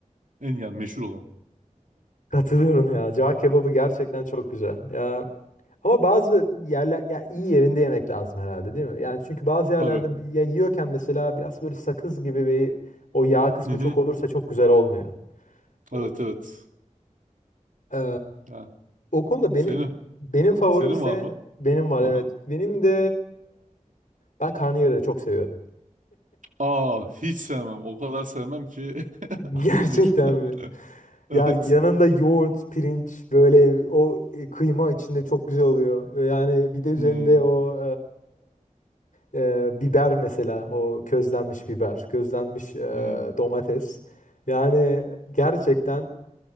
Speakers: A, on the right (about 75°); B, on the left (about 80°).
A: En yani meşhur olan.
B: Katılıyorum ya. Cağ kebabı gerçekten çok güzel. Ya ama bazı yerler ya iyi yerinde yemek lazım herhalde değil mi? Yani çünkü bazı yerlerde
A: <laughs> Tabii.
B: ya yiyorken mesela biraz böyle sakız gibi bir o yağ kısmı
A: Hı hı.
B: çok olursa çok güzel olmuyor. O-
A: Evet evet.
B: Ee,
A: Ya,
B: O konuda
A: senin.
B: benim benim favorimse
A: Senin var mı?
B: benim var
A: Aha.
B: evet. Benim de e, ben karnıyarığı çok seviyorum.
A: Aa hiç sevmem. O kadar sevmem ki <laughs>
B: <laughs>
A: aklım
B: Gerçekten
A: durur.
B: mi?
A: <laughs>
B: Ya
A: Evet.
B: yanında yoğurt, pirinç böyle o e, kıyma içinde çok güzel oluyor. Yani bir de üzerinde
A: Hmm.
B: o e, e, biber mesela o közlenmiş biber, közlenmiş e,
A: Hmm.
B: domates. Yani gerçekten